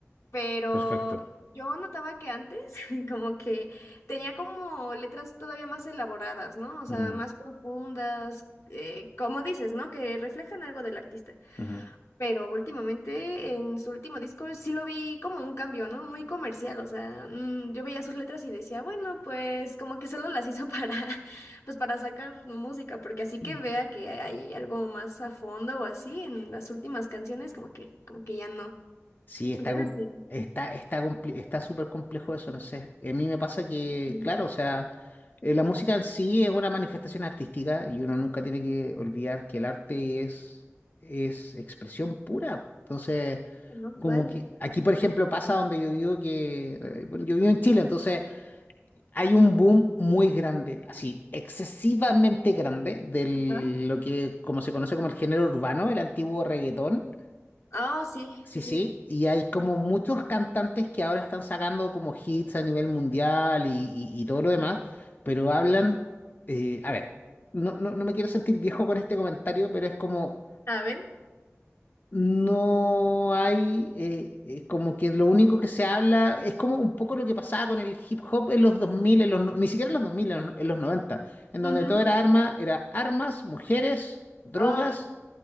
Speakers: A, on the left (about 75°); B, on the left (about 40°).
A: Pero
B: perfecto.
A: yo notaba que antes, <laughs> como que tenía como letras todavía más elaboradas, ¿no? O sea,
B: Mm,
A: más profundas, eh, como dices, ¿no? Que reflejan algo del artista.
B: ujú.
A: Pero últimamente en su último disco sí lo vi como un cambio, ¿no? Muy comercial, o sea, mm, yo veía sus letras y decía, bueno, pues como que solo las hizo para, <laughs> pues para sacar música, porque así que
B: Mm.
A: vea que hay algo más a fondo o así en las últimas canciones, como que, como que ya no.
B: Sí, está,
A: Entonces
B: com-
A: sí,
B: está, está, compli- está súper complejo eso, no sé. A mí me pasa que,
A: mm,
B: claro, o sea, eh, la música en sí es una manifestación artística y uno nunca tiene que olvidar que el arte es, es expresión pura. Entonces,
A: no, vale.
B: como que aquí, por ejemplo, pasa donde yo digo que, eh, bueno, yo vivo en Chile, entonces hay un boom muy grande, así, excesivamente grande, de
A: Ajá.
B: lo que como se conoce como el género urbano, el antiguo reggaetón.
A: Ah, sí,
B: Sí,
A: sí, sí.
B: sí, y hay como muchos cantantes que ahora están sacando como hits a nivel mundial y, y- y todo lo demás, pero hablan, eh, a ver, no, no, no me quiero sentir viejo con este comentario, pero es como
A: A ver.
B: no hay, eh, eh, como que lo único que se habla es como un poco lo que pasaba con el hip hop en los 2000 en los, no- ni siquiera en los 2000, en los, no, en los 90 en
A: Ujú.
B: donde todo era arma, era armas, mujeres, drogas
A: Ah,